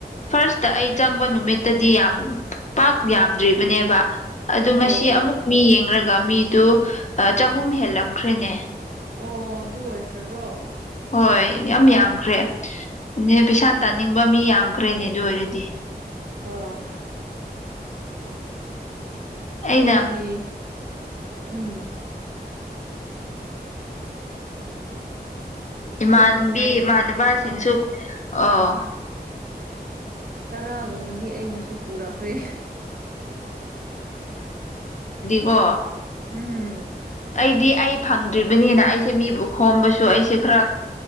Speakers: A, on the left; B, on the right.
A: ꯐꯥꯔꯁꯇ ꯑꯩ ꯆꯪꯕ ꯅꯨꯃꯤꯠꯇꯗꯤ ꯌꯥꯝ ꯄꯥꯛ ꯌꯥꯝꯗ꯭ꯔꯤꯕꯅꯦꯕ ꯑꯗꯨ ꯉꯁꯤ
B: ꯑꯣ
A: ꯑꯃꯨꯛ ꯃꯤ ꯌꯦꯡꯂꯡꯒ ꯃꯤꯗꯨ ꯆꯍꯨꯝ ꯍꯦꯜꯂꯝꯈ꯭ꯔꯦꯅꯦ
B: ꯑꯣ ꯑꯗꯨ ꯑꯣꯏꯈ꯭ꯔꯕ꯭ꯔꯣ
A: ꯍꯣꯏ ꯌꯥꯝ ꯌꯥꯝꯈ꯭ꯔꯦ ꯅ ꯄꯩꯁꯥ
B: ꯎꯝ
A: ꯇꯥꯅꯤꯡꯕ ꯃꯤ ꯌꯥꯝꯈ꯭ꯔꯦꯅꯦ ꯑꯗꯨ ꯑꯣꯏꯔꯗꯤ
B: ꯑꯣ
A: ꯑꯩꯅ
B: ꯑꯩꯒꯤ ꯎꯝ
A: ꯏꯃꯥꯟꯅꯕꯤ
B: ꯑꯩꯒꯤ ꯁꯥꯏꯠꯅꯁꯨ
A: ꯏꯃꯥꯟꯅꯕꯁꯤꯡꯁꯨ
B: ꯀꯣ
A: ꯑꯣ
B: ꯇꯔꯥꯒꯨꯝꯕꯗꯤ ꯑꯩꯅꯁꯨ ꯄꯨꯔꯛꯈ꯭ꯔꯦ
A: ꯋꯥ
B: ꯎꯝꯝ
A: ꯑꯩꯗꯤ ꯑꯩ ꯐꯪꯗ꯭ꯔꯤꯕꯅꯤꯅ ꯑꯩꯁꯦ ꯃꯤꯕꯨ ꯈꯣꯝꯕꯁꯨ ꯑꯩꯁꯦ ꯈꯔ